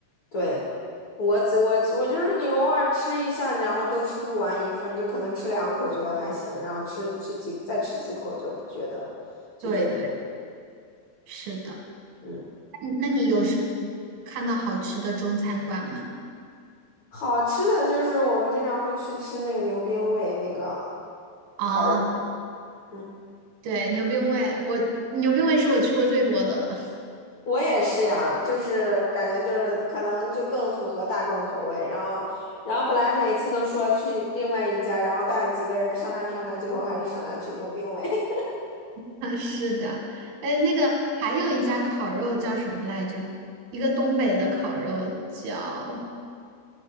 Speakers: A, on the left; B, on the right.
A: 对，我只我我就是你偶尔吃一下，然后都吃不完一份儿就可能吃两口觉得还行，然后吃吃几再吃几口就不觉得就觉得不
B: 对对，是的。
A: 嗯。
B: 嗯那你有什么看到好吃的中餐馆吗？
A: 好吃的就是我们经常会去吃那个牛鞭味，那个
B: 啊，
A: 烤肉。嗯。
B: 对，牛冰味，我牛冰味是我去过最多的了。
A: 我也是呀，就是感觉就是可能就更符合大众口味，然后，然后本来每次都说去另外一家，然后带几个人商量商量，最后还是商量去牛冰味。<laughs>
B: <laughs> 啊，是的，哎，那个还有一家烤肉叫什么来着？一个东北的烤肉叫，